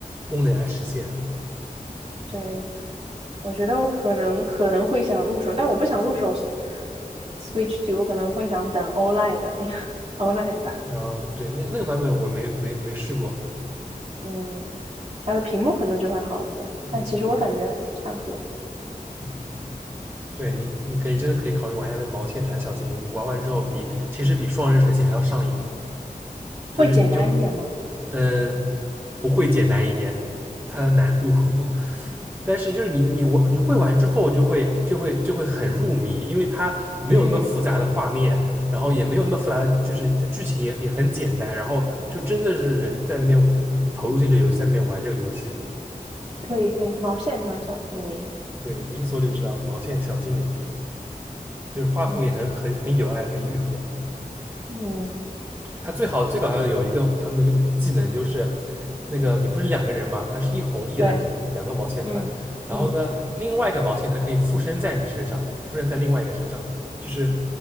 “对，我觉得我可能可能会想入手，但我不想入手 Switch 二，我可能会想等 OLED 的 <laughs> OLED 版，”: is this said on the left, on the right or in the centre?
Right